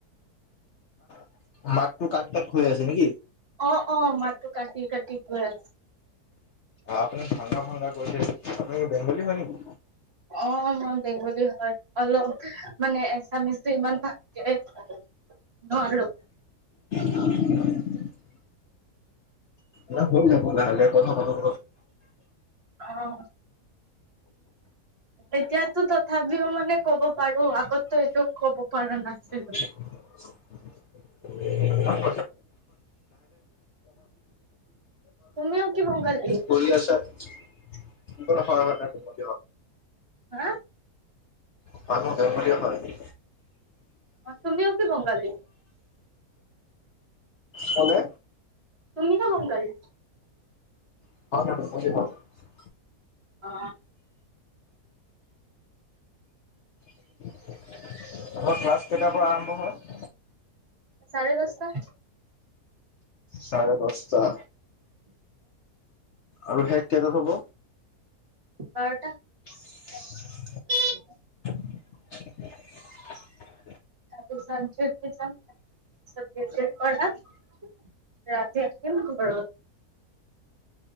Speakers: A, on the left; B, on the right.
A: <inaudible> মাতটো কাত, কাট হৈ আছে নেকি?
B: অ', অ', মাতটো কাটি, কাটি গৈ আছে।
A: অ' আপুনি ভাংগা, ভাংগা কৈছে, আপুনি বেংগলী হয় নেকি?
B: অ' মই বেংগলী হয়, অলপ মানে এছামিছ ইমান ভাল <inaudible> নোৱাৰো।
A: <unintelligible> লাহে লাহে কথা পাতক।
B: অ'। এতিয়াতো তথাপিও মানে ক'ব পাৰোঁ, আগতেটো এইটো ক'ব পৰা নাছিল।
A: <unintelligible> <unintelligible> <inaudible> কাম
B: তুমিও কি বংগালী
A: কৰি আছা <unintelligible>
B: হা?
A: <inaudible>
B: তুমিও কি বংগালী
A: কোনে।
B: তুমি না <unintelligible>
A: <unintelligible>
B: অ'।
A: তোমাৰ ক্লাছ কেইটাৰ পৰা আৰম্ভ হয়।
B: চাৰে দহটা।
A: চাৰে দহটা। আৰু শেষ কেইটাত হ'ব।
B: বাৰটা।
A: <unintelligible>
B: <unintelligible>
A: <unintelligible>
B: <unintelligible> ৰাতি আহিম ঘৰত।